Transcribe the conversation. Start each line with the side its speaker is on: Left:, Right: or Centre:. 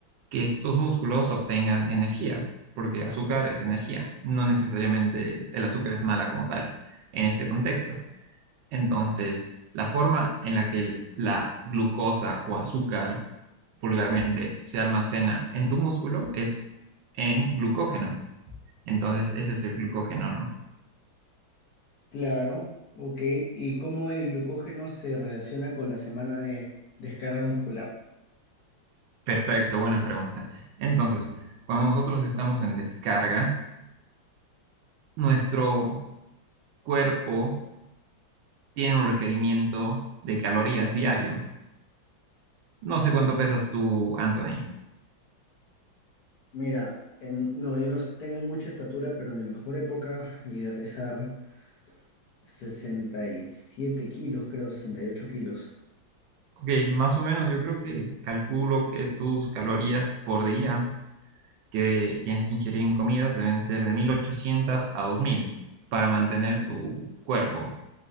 Right: que estos músculos obtengan energía, porque azúcar es energía. No necesariamente el azúcar es mala como tal en este contexto. Entonces, la forma en la que el- la glucosa o azúcar vulgarmente se almacena en tu músculo es en glucógeno. Entonces, ese es el glucógeno, ¿no?
Left: Claro, ok. ¿Y cómo el glucógeno se relaciona con la semana de descarga muscular?
Right: Perfecto, buena pregunta. Entonces, cuando nosotros estamos en descarga, nuestro cuerpo tiene un requerimiento de calorías diario. No sé cuánto pesas tú, Anthony.
Left: Mira, em, no, yo no s- tengo mucha estatura, pero mi mejor época llegué a pesar 67 kilos, creo, 68 kilos.
Right: Ok, más o menos yo creo que calculo que tus calorías por día que tienes que ingerir en comidas deben ser de 1800 a 2000 para mantener tu cuerpo.